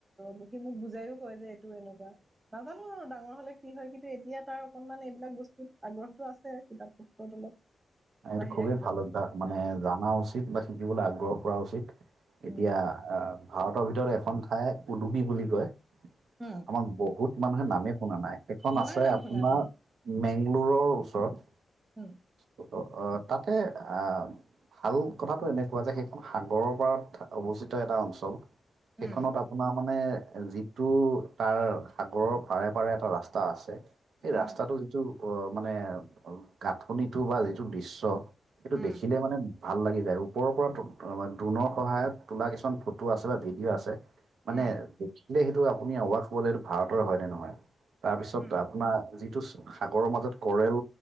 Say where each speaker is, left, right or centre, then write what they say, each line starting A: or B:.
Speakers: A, on the right; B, on the right.
A: মোক বুজাইও কয় যে এইটো এনেকুৱা। নাজানো আৰু ডাঙৰ হ'লে কি হয়, কিন্তু এতিয়া তাৰ অকনমান এইবিলাক বস্তুত আগ্ৰহতো আছে কিতাপ পত্ৰত অলপ।
B: এইটো
A: বাহিৰা
B: খুবেই
A: কিতাপ
B: ভাল
A: পত্ৰত
B: অভ্যাস মানে জনা উচিত বা শিকিবলৈ আগ্ৰহ কৰা উচিত।
A: উম,
B: এতিয়া আহ ভাৰতৰ ভিতৰত এখন ঠাই উডুপি বুলি কয়।
A: উম,
B: আমাৰ বহুত মানুহে নামেই শুনা নাই, সেইখন
A: মইয়ে
B: আছে
A: নাম
B: আপোনাৰ
A: শুনা নাই
B: মেংগলোৰৰ ওচৰত।
A: <inaudible>
B: অ', তাতে আহ ভাল কথাটো এনেকুৱা যে, সেইখন সাগৰৰ পাৰত অৱস্থিত এটা অঞ্চল। সেইখনত
A: উম।
B: আপ পোনাৰ মানে যিটো তাৰ সাগৰৰ পাৰে, পাৰে এটা ৰাস্তা আছে। সেই
A: উম,
B: ৰাস্তাটো যিটো অ', মানে গাঁঠনিটো বা যিটো দৃশ্য সেইটো
A: উম,
B: দেখিলে মানে ভাল লাগি যায়, ওপৰৰ পৰা ড্ৰো-ড্ৰোনৰ সহায়ত তোলা কিছুমান ফটো আছে বা ভিডিঅ' আছে মানে
A: উম,
B: দেখিলে সেইটো আপুনি অবাসহ'ব যে এইটো ভাৰতৰ হয়, নে নহয়! তাৰপিছত
A: উম,
B: আপোনাৰ যিটো সাগৰৰ মাজত ক'ৰেল